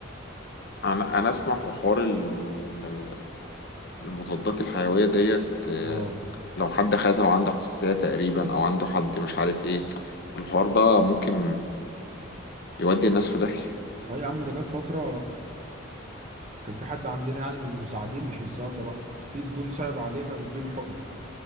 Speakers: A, on the left; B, on the right.
A: انا انا اسمع في حوار ال- المضادات الحيويه ديت آه،
B: اه
A: لو حد خدها وعنده حساسيه تقريبا او عنده حد مش عارف ايه الحوار ده ممكن يودي الناس في داهيه
B: اه يا عم ده جت فتره كان في حد عندنا يعني من المساعدين مش من الصيادله بقى في زبون صعب عليه فقام مديله الحقن